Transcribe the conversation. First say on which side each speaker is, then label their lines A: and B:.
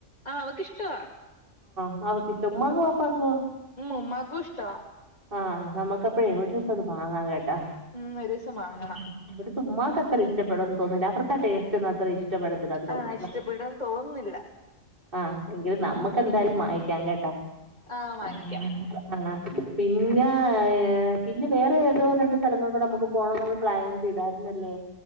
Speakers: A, on the left; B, on the right.
A: ആഹ് അവക്കിഷ്ട്ടവാ
B: ആഹ് അവക്കിഷ്ട്ടാ ഉമ്മാക്കും വാപ്പാക്കുവോ?
A: ഉം ഉമ്മാക്കു ഇഷ്ട്ടവാ
B: ആഹ് നമ്മക്കപ്പഴേ ഒരു ദിവസം അത് വാങ്ങാം കേട്ടോ
A: ഉം ഒരൂസം വാങ്ങണം
B: <unintelligible> ഇവിടത്തെ ഉമ്മാക്ക് ഇഷട്ടപ്പെടുവെന്ന് തോനുന്നില്ല അവർക്ക് ആ ടേസ്റ്റ് ഒന്നും അത്ര ഇഷ് ഇഷ്ടപ്പെടത്തില്ലാന്ന് തോനുന്നു
A: ആഹ് ഇഷ്ടപ്പെടും തോന്നുന്നില്ല
B: ആഹ് എങ്കിലും നമ്മക്ക് എന്തായാലും വാങ്ങിക്കാം കേട്ടോ
A: ആഹ് വാങ്ങിക്കാം
B: <unintelligible> ആഹ് പിന്നാ ഏഹ് പിന്നെ വേറെ ഏതോ രണ്ട് സ്ഥലങ്ങളും കൂടെ നമുക്ക് പോണോന്ന് നമ്മൾ പ്ലാൻ ചെയ്താരു ന്നല്ലേ